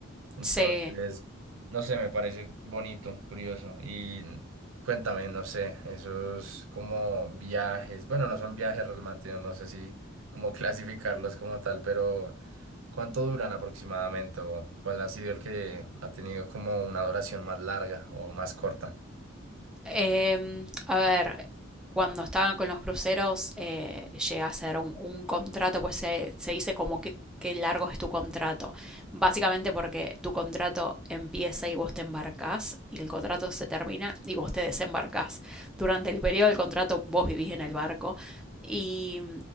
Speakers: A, on the right; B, in the centre.
A: Entonces,
B: <laughs> Sí,
A: no sé, me parece bonito, curioso. Y cuéntame, no sé, esos como viajes, bueno, no son viajes realmente, no sé si cómo <laughs> clasificarlos como tal, pero ¿cuánto duran aproximadamente? ¿O cuál ha sido el que ha tenido como una duración más larga o más corta?
B: Eh, a ver, cuando estaba con los cruceros, eh, llega a ser un, un contrato, pues se, se dice como que qué largo es tu contrato. Básicamente porque tu contrato empieza y vos te embarcás y el contrato se termina y vos te desembarcás. Durante el periodo del contrato vos vivís en el barco y